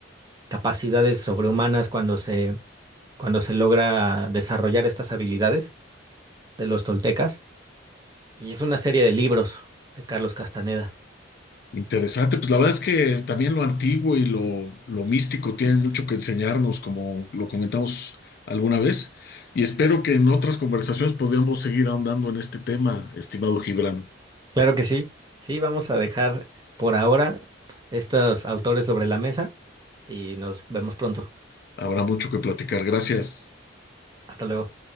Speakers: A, on the right; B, on the left.
A: capacidades sobrehumanas cuando se, cuando se logra desarrollar estas habilidades de los toltecas. Y es una serie de libros de Carlos Castaneda.
B: Interesante, pues la verdad es que también lo antiguo y lo, lo místico tienen mucho que enseñarnos, como lo comentamos alguna vez, y espero que en otras conversaciones podamos seguir ahondando en este tema, estimado Gibran.
A: Claro que sí. Sí, vamos a dejar por ahora estos autores sobre la mesa y nos vemos pronto.
B: Habrá mucho que platicar. Gracias.
A: Hasta luego.